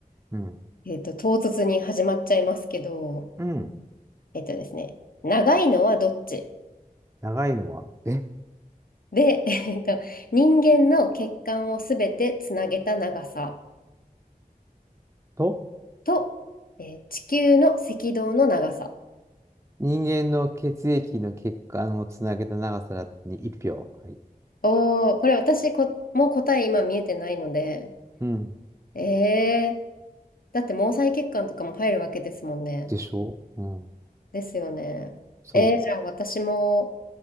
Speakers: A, on the right; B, on the left.
A: うん。
B: えっと、唐突に始まっちゃいますけど、
A: うん。
B: えっとですね、長いのはどっち
A: 長いのは、えっ
B: で、えっと、人間の血管をすべてつなげた長さ
A: と、
B: と、えー地球の赤道の長さ。
A: 人間の血液の血管をつなげた長さに1票。はい。
B: おー、これ私こ、もう答え今見えてないので、
A: うん。
B: えー、だって毛細血管とかも入るわけですもんね。
A: でしょう。うん。
B: ですよね。
A: そ
B: えー、じゃあ私も